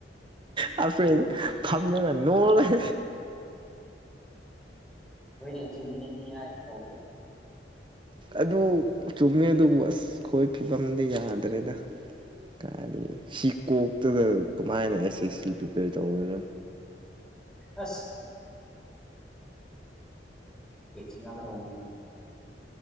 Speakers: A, on the right (about 30°); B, in the centre.
A: ꯑꯈꯣꯏꯟ
B: ꯆꯨꯝ
A: ꯐꯝꯔꯒ ꯅꯣꯛꯂꯒ
B: ꯍꯣꯏꯅꯦ ꯆꯨꯝꯃꯤꯅꯦ ꯃꯤ ꯍꯥꯏꯗꯣ ꯇꯧ
A: ꯑꯗꯨ ꯆꯨꯝꯃꯦ ꯑꯗꯨꯕꯨ ꯑꯁ ꯈꯣꯏ ꯐꯤꯕꯝꯗꯤ ꯌꯥꯗ꯭ꯔꯦꯗ ꯀꯥꯏꯗꯒꯤ ꯁꯤ ꯀꯣꯛꯇꯗ ꯀꯃꯥꯏꯅ ꯑꯦꯁ ꯑꯦꯁ ꯁꯤ ꯄ꯭ꯔꯤꯄꯦꯌꯔ ꯇꯧꯒꯔꯣ
B: ꯑꯁ <unintelligible>